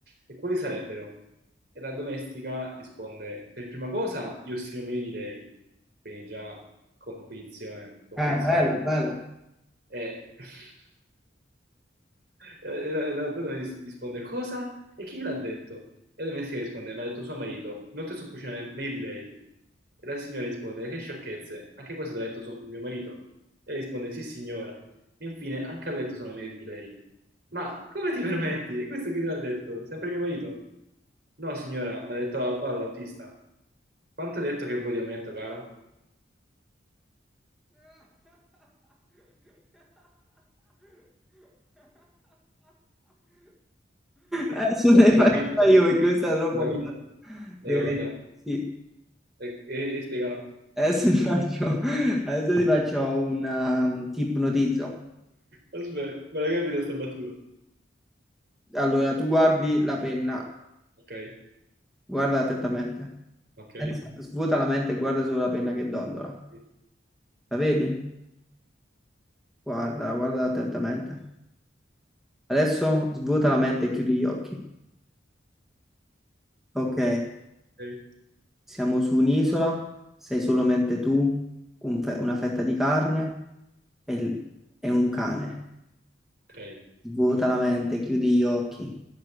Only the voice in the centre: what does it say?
Eh, bella,
bella.
Adesso ne
faccio
io perché questa è troppo
bella.
Devo-
Sì,
adesso ti faccio, adesso ti faccio un um, ti ipnotizzo.
Allora, tu guardi la penna
Guarda attentamente.
Pensa- Svuota la mente e guarda solo la penna che dondola.
La vedi? Guarda, guarda attentamente. Adesso svuota la mente e chiudi gli occhi. Ok,
siamo su un'isola, sei solamente tu, un fe- una fetta di carne e, l- e un cane.
Svuota la mente, chiudi gli occhi.